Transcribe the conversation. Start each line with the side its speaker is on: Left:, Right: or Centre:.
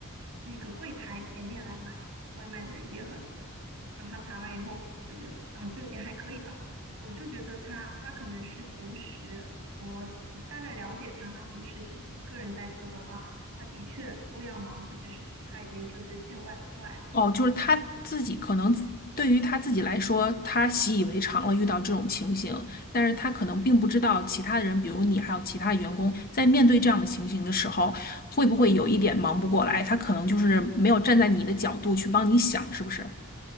Right: 那个柜台前面来买外卖的人也很多，然后他查完以后就觉得啊就也还可以吧，我就觉得他他可能是平时我我大概了解他，他平时自己一个人在做的话。他的确都要忙这些事情，他已经就是见怪不怪了。
Left: 哦，就是他自己可能自对于他自己来说，他习以为常了遇到这种情形，但是他可能并不知道其他的人，比如你还有其他员工，在面对这样的情形的时候，会不会有一点忙不过来？他可能就是没有站在你的角度去帮你想，是不是？